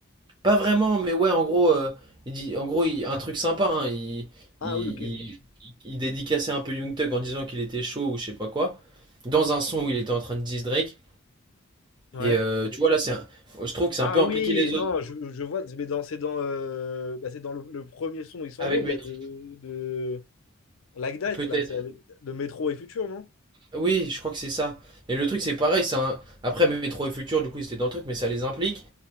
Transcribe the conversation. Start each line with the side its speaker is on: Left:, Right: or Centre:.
Right: Pas vraiment mais ouais en gros euh, il dit en gros il- un truc sympa hein, il,
Left: Ah
Right: il,
Left: oui, ok.
Right: il, il dédicaçait un peu Young Thug en disant qu'il était chaud ou je sais pas quoi dans un son où il était en train de diss Drake
Left: Ouais.
Right: et euh, tu vois là c'est un- je trouve que c'est
Left: Ah
Right: un peu
Left: oui,
Right: impliqué les
Left: non,
Right: autres
Left: je, je vois, mais dans, c'est dans, euh, bah, c'est dans le, le premier son, ils s'en
Right: avec
Left: vont,
Right: Metro
Left: là, de, de Like That,
Right: peut-être
Left: là, c'est avec de Métro et Futur, non?
Right: Oui, je crois que c'est ça. Et le truc, c'est pareil, c'est un... Après, Métro et Futur, du coup, c'était dans le truc, mais ça les implique.